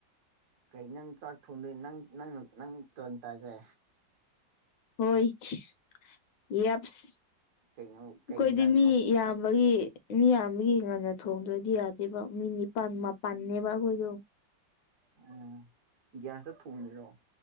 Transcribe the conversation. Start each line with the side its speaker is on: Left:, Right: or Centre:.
Right: ꯀꯩ ꯅꯪ ꯆꯥꯛ ꯊꯣꯡꯗꯣꯏ ꯅꯪ ꯅꯪꯅ ꯅꯪ ꯇꯣꯟ ꯇꯥꯒꯦ
Left: ꯍꯣꯏꯆ ꯌꯞꯁ
Right: ꯀꯩꯅꯣ
Left: ꯑꯈꯣꯏꯗꯤ
Right: ꯀꯩ ꯏꯟꯖꯥꯡ
Left: ꯃꯤ
Right: ꯊꯣꯡ
Left: ꯌꯥꯝꯕꯒꯤ ꯃꯤ ꯌꯥꯝꯕꯒꯤ ꯉꯟꯅ ꯊꯣꯡꯗ꯭ꯔꯗꯤ ꯌꯥꯗꯦꯕ ꯃꯤ ꯅꯤꯄꯥꯥꯟ ꯃꯥꯄꯟꯅꯅꯦꯕ ꯑꯩꯈꯣꯏꯗꯣ
Right: ꯎꯝ ꯒ꯭ꯌꯥꯁꯇ ꯊꯣꯡꯒꯦꯔꯣ